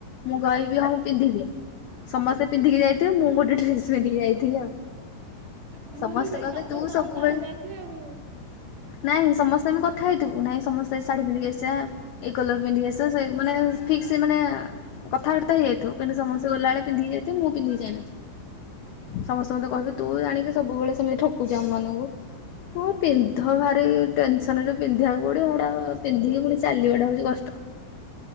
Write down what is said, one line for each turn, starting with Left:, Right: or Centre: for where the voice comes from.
Left: ମୁଁ କହିବି ହଁ ପିନ୍ଧିବି, ସମସ୍ତେ ପିନ୍ଧିକି ଯାଇଥିବେ ମୁଁ ଗୋଟେ ଡ୍ରେସ ପିନ୍ଧିକି ଯାଇି
Right: ମୁଁ
Left: <inaudible> ସମସ୍ତେ
Right: ବି ସେଇ
Left: କହିବେ
Right: ସମସ୍ତେ
Left: ତୁ
Right: ଆମର
Left: ସବୁବେଳେ
Right: ଶାଢୀ ନାଇଥିବେ ଆଉ।
Left: ନାଇଁ ସମସ୍ତେ ଆମେ କଥା ହେଇଥିବୁ ନାଇଁ ସମସ୍ତେ ଶାଢୀ ପିନ୍ଧିକି ଆସି ଏ କଲର ପିନ୍ଧିକି କି ଆସ ସେ ମାନେ ଫିକ୍ସ ମାନେ କଥାବାର୍ତ୍ତା ହେଇଯାଇଥାଉ କିନ୍ତୁ ସମସ୍ତେ ଗଲାବେଳେ ପିନ୍ଧିକି ଯାଇଥିବେ ମୁଁ ପିନ୍ଧିକି ଯାଇ ନ ଥିବି ସମସ୍ତେ ମୋତେ କହିବେ ତୁ ଜାଣିକି ସବୁବେଳେ ସେମିତି ଠକୁଛୁ ଆମ ମାନଙ୍କୁ ମୁଁ ପିନ୍ଧ ଭାରି ଟେନସନରେ ପିନ୍ଧିବାକୁ ପଡିବୁ ଏଗୁଡ଼ାକ। ପୁଣି ଚାଲିବାଟା ହଉଛି କଷ୍ଟ।